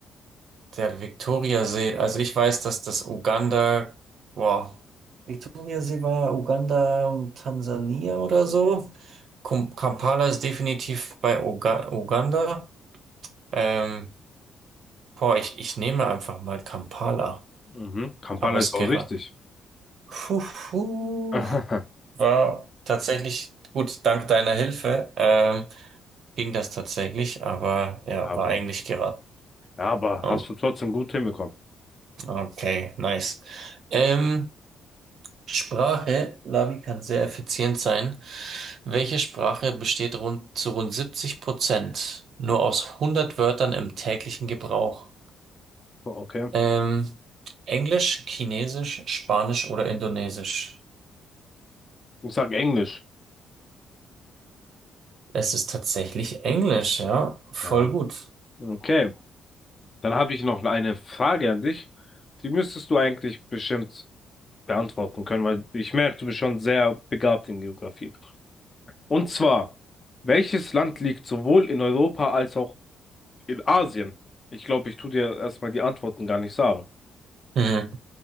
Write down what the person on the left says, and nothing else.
Mhm. Kampala
ist auch
richtig.
<laughs>
Aber,
ja,
aber
hast du trotzdem gut hinbekommen.
Okay.
Ich sag Englisch.
Ja.
Okay. Dann habe ich noch eine Frage an dich. Die müsstest du eigentlich bestimmt beantworten können, weil ich merke, du bist schon sehr begabt in Geografie. Und zwar, welches Land liegt sowohl in Europa als auch in Asien? Ich glaube, ich tue dir erstmal die Antworten gar nicht sagen.